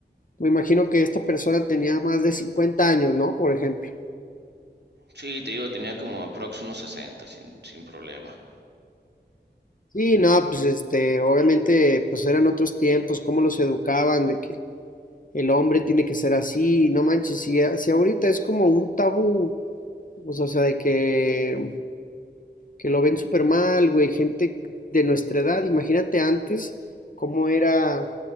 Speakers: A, on the left; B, on the right.
A: me imagino que esta persona tenía más de 50 años, ¿no? Por ejemplo.
B: Sí, te digo, tenía como aprox unos 60 sin, sin problema.
A: Sí, no, pues este, obviamente, pues eran otros tiempos, cómo los educaban, de que el hombre tiene que ser así, no manches, si, a- si ahorita es como un tabú, pues, o sea, de que que lo ven súper mal, güey, gente de nuestra edad, imagínate antes cómo era,